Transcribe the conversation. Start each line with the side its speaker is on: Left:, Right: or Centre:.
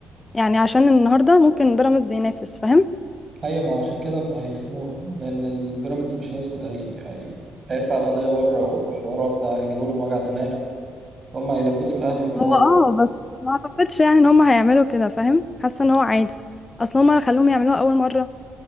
Left: يعني عشان النهارده ممكن بيراميدز ينافس فاهم
Right: أيوة ما هو عشان كده هيخصموها لأن البيراميدز مش هيسكت هي... هي... هيرفع القضية بره وحوارات بقى يجيبوا لهم وجع دماغ هم هيلبسوا الأهلي في الحوار
Left: هو اه بس ما اعتقدش يعني ان هم هيعملوا كده فاهم حاسه ان هو عادي اصل هم اللي خلوهم يعملوها اول مره